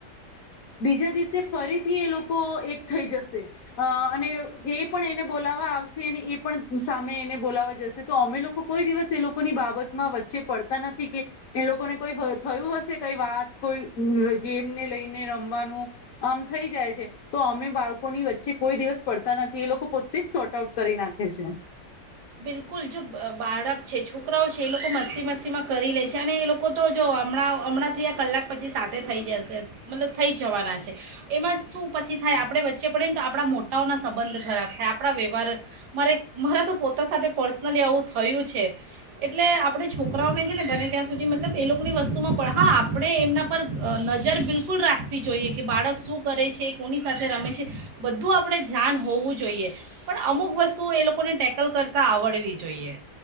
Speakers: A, on the left (about 60°); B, on the right (about 75°).
A: બીજા દિવસે ફરીથી એ લોકો એક થઈ જશે અ અને એ પણ એને બોલાવવા આવશે અને એ પણ સામે એને બોલાવા જશે તો અમે લોકો કોઈ દિવસ એ લોકોની બાબતમાં વચ્ચે પડતા નથી કે એ લોકોને કોઈ થયું હશે કઈ વાત કોઈ ગેમને લઈને રમવાનું. આમ થઈ જાય છે. તો અમે બાળકોની વચ્ચે કોઈ દિવસ પડતા નથી એ લોકો પોતે જ શોર્ટ આઉટ કરી નાખે છે.
B: બિલકુલ જો બાળક છે છોકરાઓ છે એ લોકો મસ્તી મસ્તીમાં કરી લે છે અને એ લોકો તો જો હમણાં હમણાં થી આ કલાક પછી સાથે થઈ જશે મતલબ થઈ જવાના છે. એમાં શું પછી થાય આપણે વચ્ચે પડે ને તો આપણા મોટાઓના સંબંધ ખરાબ થાય આપણા વ્યવહાર મારે મારે તો પોતા સાથે પર્સનલી આવું થયું છે એટલે આપણે છોકરાઓને છે ને બને ત્યાં સુધી મતલબ એ લોકોની વસ્તુમાં પણ હા આપણે એમના પર નજર બિલકુલ બિકુલ રાખવી જોઈએ કે બાળક શું કરે છે કોની સાથે રમે છે બધું આપણે ધ્યાન હોવું જોઈએ પણ અમુક વસ્તુ એ લોકોને ટેકલ કરતા તા આવડવી જોઈએ